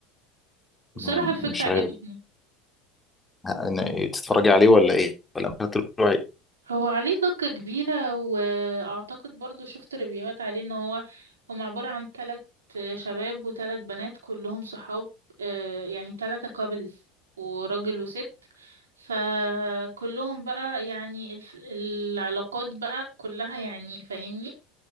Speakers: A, on the right (about 85°); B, on the left (about 15°).
A: بصراحة
B: مم،
A: الفكرة
B: مش
A: عجبتني
B: عارف أنا- تتفرجي عليه ولا ايه ولا مش هتروحي
A: هو عليه ضجة كبيرة واعتقد برضو شفت ريفيوهات عليه ان هو هم عبارة عن تلات شباب وتلات بنات كلهم صحاب آه، يعني تلاتة كابلز وراجل وست فكلهم بقى يعني الف- العلاقات بقى كلها يعني فاهمني